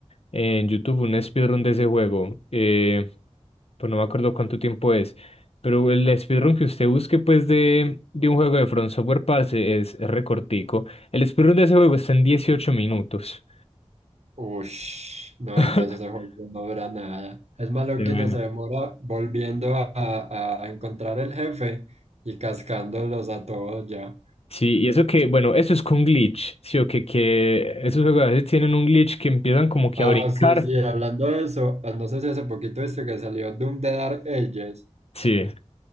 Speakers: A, on the left; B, on the right.
A: en YouTube un speedrun de ese juego. eh, pues no me acuerdo cuánto tiempo es. Pero el speedrun que usted busque, pues, de, de un juego de From Software, parce, es recortico. El speedrun de ese juego está en 18 minutos.
B: Ush, no,
A: <laughs>
B: entonces ese juego no dura nada. Es malo
A: Pero
B: que
A: bueno.
B: uno se demora volviendo a, a- a encontrar el jefe y cascándolos a todos ya.
A: Sí, y eso que, bueno, eso es con glitch, sí, o que, que esos juegos a veces tienen un glitch que empiezan como que
B: Ah,
A: a brincar.
B: sí, sí, hablando de eso, ah, no sé si hace poquito viste que salió Doom de Dark Ages.
A: Sí,